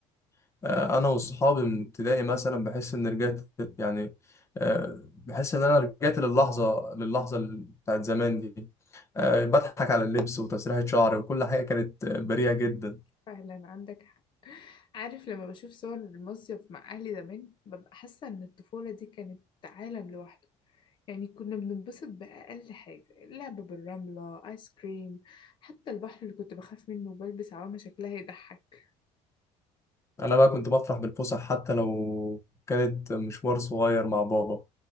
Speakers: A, on the left; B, on the left.
A: آه، انا واصحابي من ابتدائي مثلا بحس ان رجعت يعني آه، بحس ان انا رجعت للحظه للحظه ال- بتاعت زمان دي آه، بضحك على اللبس وتسريحه شعري وكل حاجه كانت بريئه جدا
B: فعلا عندك حق عارف لما بشوف صور المصيف مع أهلي زمان ببقى حاسة إن الطفولة دي كانت عالم لوحده يعني كنا بننبسط بأقل حاجة لعب بالرملة آيس كريم حتى البحر اللي كنت بخاف منه وبلبس عوامة شكلها يضحك
A: انا بقى كنت بفرح بالفسح حتى لو كانت مشوار صغير مع بابا